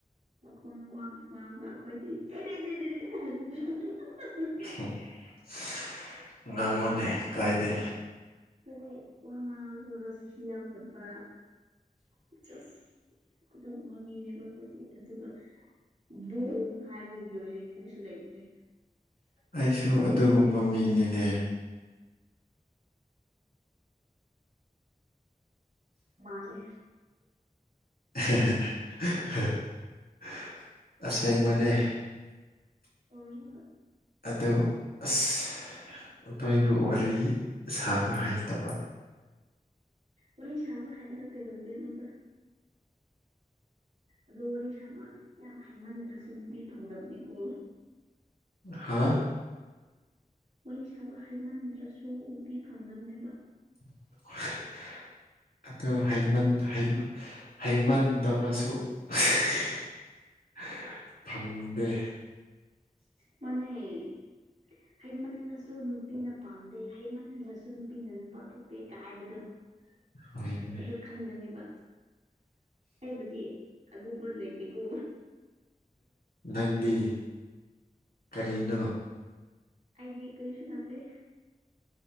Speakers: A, on the right; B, on the left.
A: ꯑꯈꯣꯟꯅ ꯋꯥ ꯈꯨ ꯉꯥꯡꯗꯣ ꯑꯈꯣꯏꯗꯤ <unintelligible>
B: <unintelligible> ꯉꯥꯡꯉꯣꯅꯦ ꯀꯥꯏꯗꯦ
A: ꯑꯩꯈꯣꯏꯗꯤ ꯋꯥ ꯉꯥꯡꯉꯁꯨ ꯔꯁꯤ ꯌꯥꯎꯗꯕ <unintelligible> ꯑꯗꯨꯒꯨꯝꯕ ꯃꯤꯅꯦꯕ ꯑꯩꯈꯣꯏꯗꯤ ꯑꯗꯨꯒ ꯕꯣꯡ ꯍꯥꯏꯔꯗꯤ ꯂꯣꯏꯔꯦ ꯀꯔꯤꯁꯨ ꯂꯩꯇ꯭ꯔꯦ
B: ꯑꯩꯁꯨ ꯑꯗꯨꯒꯨꯝꯕ ꯃꯤꯅꯤꯅꯦ
A: ꯃꯥꯟꯂꯦ
B: <unintelligible> ꯑꯁꯦꯡꯕꯅꯦ
A: <unintelligible>
B: ꯑꯗꯨ ꯑꯁ ꯑꯗꯥꯏꯕꯨ ꯋꯥꯔꯤ ꯁꯥꯕ ꯍꯩꯇꯕ
A: ꯋꯥꯔꯤ ꯁꯥꯕ ꯍꯩꯔꯒ ꯀꯩꯗꯧꯗꯣꯏ ꯅꯣꯗ ꯑꯗꯨ ꯋꯥꯔꯤ ꯁꯥꯕ ꯌꯥꯝ ꯍꯥꯏꯃꯟꯗ꯭ꯔꯁꯨ ꯅꯨꯄꯤ ꯐꯪꯗꯕꯅꯦꯀꯣ
B: ꯍꯥꯥ
A: ꯋꯥꯔꯤ ꯁꯥꯕ ꯍꯥꯏꯃꯟꯗ꯭ꯔꯁꯨ ꯅꯩꯄꯤ ꯐꯪꯗꯕꯅꯦꯕ
B: <unintelligible> ꯑꯗꯣ ꯍꯩꯃꯟ ꯍꯩꯃ ꯍꯩꯃꯟꯗꯕꯁꯨ <unintelligible> ꯐꯪꯗꯦ
A: ꯃꯟꯅꯦ ꯍꯩꯃꯟꯂꯁꯨ ꯅꯨꯄꯤꯅ ꯄꯥꯝꯗꯦ ꯍꯩꯃꯟꯗ꯭ꯔꯁꯨ ꯅꯨꯄꯤꯅ ꯅꯨꯄꯥ ꯊꯣꯛꯇꯦ ꯀꯥꯢ ꯍꯥꯏꯕꯗꯣ
B: <unintelligible> ꯍꯣꯏꯅꯦ
A: ꯑꯗꯨ ꯈꯟꯒꯤꯅꯦꯕ ꯑꯩꯕꯨꯗꯤ ꯑꯗꯨꯕ ꯂꯩꯇꯦ ꯀꯣ
B: ꯅꯪꯗꯤ ꯀꯔꯤꯅꯣ
A: ꯑꯩꯗꯤ ꯀꯔꯤꯁꯨ ꯅꯠꯇꯦ